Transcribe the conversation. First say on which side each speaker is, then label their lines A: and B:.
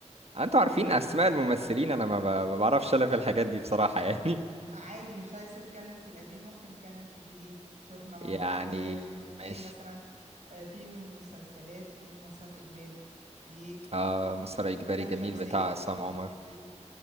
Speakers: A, on the right; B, on the right.
A: انتوا عارفين
B: جميل
A: اسماء الممثلين انا ما ب- ما بعرفش الا في الحاجات دي بصراحة <laughs> يعني
B: عادي مش عايز تتكلم في القديم ممكن نتكلم في الجديد شفنا مع
A: يعني
B: بعض آم،
A: ماشي
B: ايه مثلا آه، في من مسلسلات في مسار اجباري في
A: اه مسار اجباري
B: في لام
A: جميل
B: شمسية
A: بتاع عصام عمر
B: الجديد